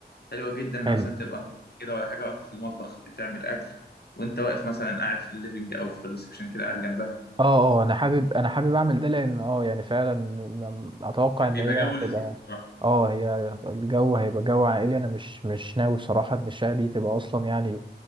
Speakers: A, on the left (about 65°); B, on the right (about 30°).
A: حلوه جدا ان
B: حلو
A: مثلا تبقى مراتك كده ولا حاجه واقفه في المطبخ بتعمل اكل وانت واقف مثلا قاعد في الليفنج او في الريسبشن كده قاعد جنبها
B: اه اه انا حابب انا حابب اعمل ده لان اه يعني فعلا م- م- اتوقع
A: بيبقى
B: ان هي
A: جو
B: هتبقى
A: لذيذ بصراحه
B: اه هي الجو هيبقى جو عائلي انا مش مش ناوي صراحة ان الشقة دي تبقى اصلا يعني